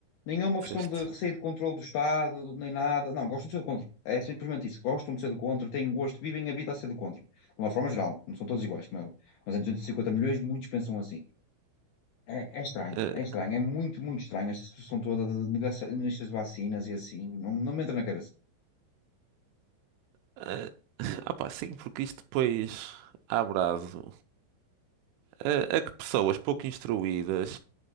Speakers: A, on the left; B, on the right.
A: Nem é uma questão
B: Certo.
A: de receio de controle do Estado, nem nada. Não, gostam de ser do contra. É simplesmente isso. Gostam de ser do contra, têm gosto, vivem a vida a ser do contra. De uma forma geral, não são todos iguais, como é óbvio. Mas em 250 milhões, muitos pensam assim. É, é estranho,
B: Eh,
A: é estranho, é muito, muito estranho esta situação toda de negacionistas de vacinas e assim, não, não me entra na cabeça.
B: eh, <laughs> ah pá, sim, porque isto depois abre aso. Eh, a que pessoas pouco instruídas